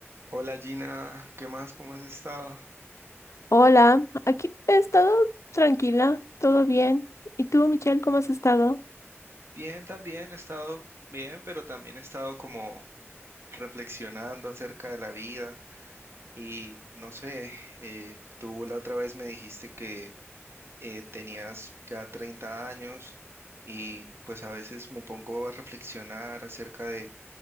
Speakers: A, on the right (about 60°); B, on the left (about 80°).
A: Hola Gina, ¿qué más? ¿Cómo has estado?
B: Hola, aquí he estado tranquila, todo bien. ¿Y tú, Michelle, cómo has estado?
A: Bien, también he estado bien, pero también he estado como reflexionando acerca de la vida y no sé, eh, tú la otra vez me dijiste que eh, tenías ya 30 años y pues a veces me pongo a reflexionar acerca de,